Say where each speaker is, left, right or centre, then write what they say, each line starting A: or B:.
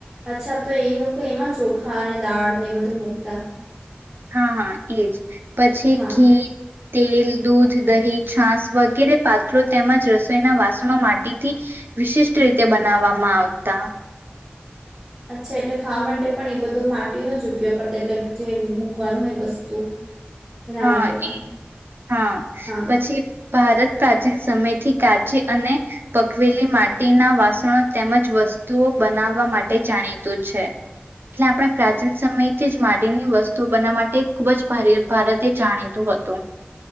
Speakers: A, on the right; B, on the right.
A: અચ્છા તો એ લોકો એમાં ચોખા અને દાળ ને બધું મૂકતા
B: હા હા એજ પછી
A: હા
B: ઘી તેલ દૂધ દહી છાાસ વગેરે પાત્રો તેમજ રસોઈના વાસણો માટીથી વિશિષ્ટ રીતે બનાવવામાં આવતા
A: અચ્છા એટલે ખાવા માટે પણ એ બધું માટીનો જ ઉપયોગ કરતા એટલે જે મૂકવાનું હોય વસ્તુ એના
B: હા
A: માટે પણ
B: હા
A: હા
B: પછી ભારત પ્રાચીન સમયથી કાચી અને પકવેલી માટીના વાસણો તેમજ વસ્તુઓ બનાવવા માટે જાણીતું છે એટલે આપણે પ્રાચીન સમયથી જ માટીની વસ્તુઓ બનાવવા માટે ખુબ જ ભારે ભારત તે જાણીતું હતું